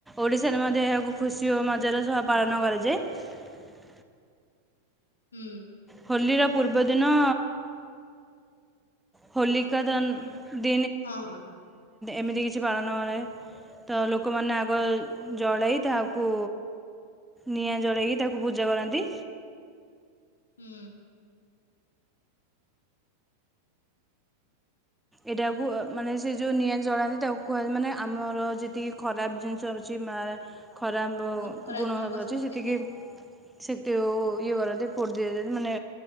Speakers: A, in the centre; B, on the left.
A: ଓଡ଼ିଶାରେ ମଧ୍ୟ ଏହାକୁ ଖୁସି ଓ ମଜାର ସହ ପାଳନ କରାଯାଏ।
B: ହୁଁ।
A: ହୋଲିର ପୂର୍ବଦିନ ହୋଲିି କା ଦନ- <unintelligible>
B: ହଁ ହଁ
A: ଏମିତି କିଛି ପାଳନ କରେ ତ ଲୋକମାନେ ଆଗ ଜଳାଇ ତାହାକୁ ନିଆଁ ଜଳାଇକି ତାକୁ ପୂଜା କରନ୍ତି।
B: ହୁଁ।
A: ଏଇଟାକୁ ମାନେ ସେ ଯୋଉ ନିଆଁ ଜଳାନ୍ତି ତାକୁ କୁହା ମାନେ ଆମର ଯେତିକି ଖରାପ ଜିନିଷ ଅଛି ମା ଏ ଖରାପ
B: ନକାରାତ୍ମକ
A: ଗୁଣ ଭାବ ଅଛି
B: ଶକ୍ତିକୁ
A: ସେତିକି ସେ ତିଓ ଓ ଇଏ କରନ୍ତି ଫୋ ଦି ଦିଅନ୍ତି ମାନେ